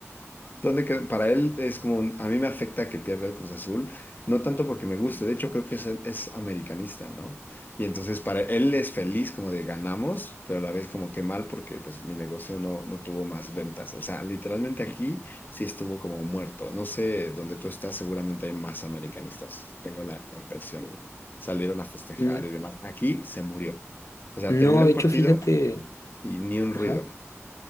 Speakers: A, on the left; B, on the left.
A: Donde que- para él es como, un- a mí me afecta que pierda el Cruz Azul, no tanto porque me guste, de hecho creo que es, es americanista, ¿no? Y entonces para él es feliz como de ganamos, pero a la vez como que mal porque pues mi negocio no, no tuvo más ventas. O sea, literalmente aquí sí estuvo como muerto. No sé, donde tú estás seguramente hay más americanistas, tengo la, la impresión. Salieron a festejar
B: N-
A: y demás. Aquí se murió. O sea,
B: No,
A: terminó el
B: de hecho,
A: partido
B: fíjate,
A: y ni un
B: ajá.
A: ruido.